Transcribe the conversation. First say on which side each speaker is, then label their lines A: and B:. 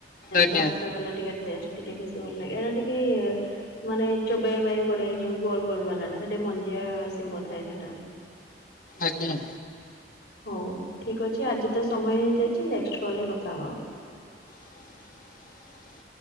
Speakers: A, on the left; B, on the left.
A: ଆଜ୍ଞା
B: ଚଟକା ବାଲା ଟିକେ ଟେଷ୍ଟ। ଟିକେ ବେଶୀ ଭଲ ଲାଗେ ଏଇଟା ଟିକେ ମାନେ ଚୋବେେଇବା ପାଇଁ ପଡେ ଯୋଉ ଗୋଲ ଗୋଲ ବାଲା ଟା ସେଟା ମଞ୍ଜିଆ ଶିମ୍ବ ଥାଏ ସେଟା
A: ଆଜ୍ଞା।
B: ହଉ ଠିକ୍ ଅଛି ଆଜି ତ ସମୟ ହେଇଯାଇଛି ନେକ୍ସ କଲେ କଥା ହବା।
A: <inaudible>